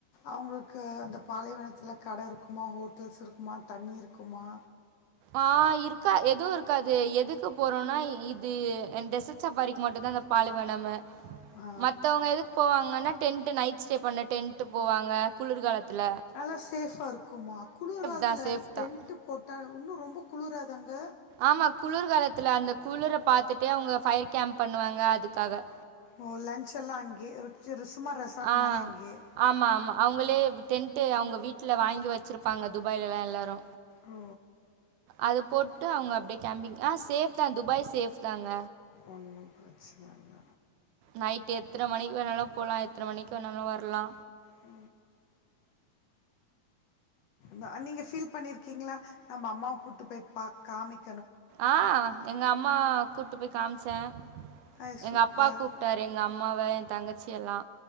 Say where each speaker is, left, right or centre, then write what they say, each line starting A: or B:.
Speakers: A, on the left; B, on the right.
A: அவங்களுக்கு அந்த பாலைவனத்தில கடை இருக்குமா ஹோட்டல்ஸ் இருக்குமா தண்ணி இருக்குமா
B: ஆ இருக்கா எதுவு இருக்காது எதுக்கு போறோம்னா இது என் டெஸர்ட் ஸஃபாரிக்கு மட்டும்தா அந்த பாலைலனமு
A: ஆ,
B: மத்தவங்க எதுக் போவாங்கன்னா டென்ட் நைட் ஸ்டே பண்ண டென்டு போவாங்க குளிர்காலத்தில
A: நல்லா ஸேஃபா இருக்குமா குளிர் காலத்தில
B: தான் சேஃப்
A: டென்ட்
B: தான்.
A: போட்டா இன்னு ரொம்ப குளிராதாங்க
B: ஆமா குளிர் காலத்துல அந்த குளிர பாத்துுட்டே அவங்க ஃபயர் கேம்ப் பண்ணுவாங்க அதுக்காக
A: ஓ லன்ச்ல்லா அங்கயே சும்மா ரெஸார்ட்
B: ஆ
A: மாரி அங்கயே
B: ஆமா ஆமா அவங்களே டென்ட் அவங்க வீட்டுல வாங்கி வச்சிருப்பாங்க துபாய்லலா எல்லாரு
A: ஓ
B: அத போட்டு அவங்க அப்படியே கேம்பிங் ஆ ஸேஃப் தா துபாய் ஸேஃப் தாங்க
A: ஒன்னு பிரச்சன இல்ல
B: நைட் எத்தன மணிக்கு வேணாலு போலா எத்தன மணிக்கு வேணாலு வரலா
A: உ த நீங்க ஃபீல் பண்ணிருக்கீங்களா நம்ம அம்மாவ கூட்டு போய் பாக் காமிக்
B: ஆ எங்க அம்மா குட் ட்டு போய் காமிச்சே
A: அது
B: எங்க
A: சூப்பர்.
B: அப்பா கூப்ட்டாரு எங்க அம்மாவ எ தங்கச்சியல்லா